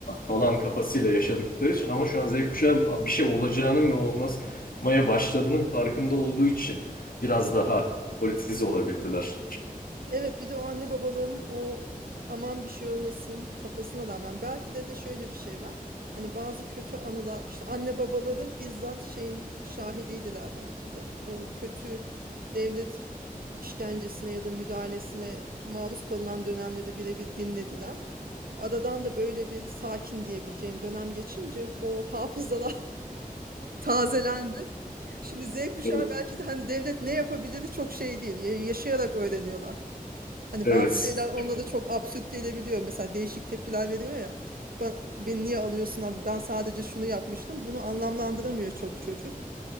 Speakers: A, on the left; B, on the right.
A: falan kafasıyla yaşadıkları için ama şu an Z kuşağı bir şey olacağının ve olmaya başladığının farkında olduğu için biraz daha politize olabildiler.
B: Evet bir de o anne babalığının o aman bir şey olmasın kafasına rağmen belki de de şöyle bir şey var. Hani bazı kötü anılar işte anne babaları bizzat şeyin şahidiydiler belki de. O kötü devlet işkencesine ya da müdahalesine maruz kalınan dönemde de birebir dinlediler. Aradan da böyle bir sakin diyebileceğim dönem geçince o hafızalar <laughs> tazelendi. Şimdi Z kuşağı
A: Evet.
B: belki de hani devlet ne yapabilir çok şey değil. ya- Yaşayarak öğreniyorlar. Hani
A: Evet.
B: bazı şeyler onlara çok absürt gelebiliyor. Mesela değişik tepkiler veriyor ya. Ba- Beni niye alıyorsun abi? Ben sadece şunu yapmıştım. Bunu anlamlandıramıyor çok çocuk.